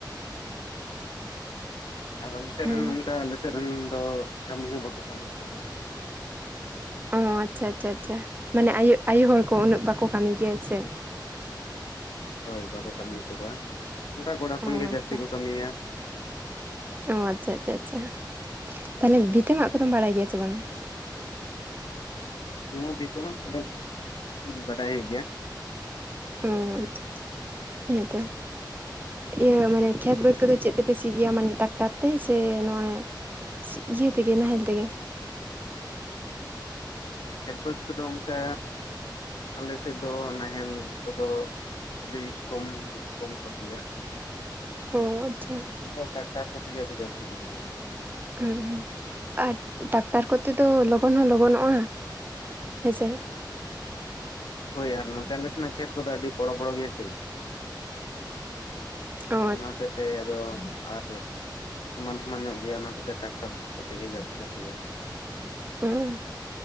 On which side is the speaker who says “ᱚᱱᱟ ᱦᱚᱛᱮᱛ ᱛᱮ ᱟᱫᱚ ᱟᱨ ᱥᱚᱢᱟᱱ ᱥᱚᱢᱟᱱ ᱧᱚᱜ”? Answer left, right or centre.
Left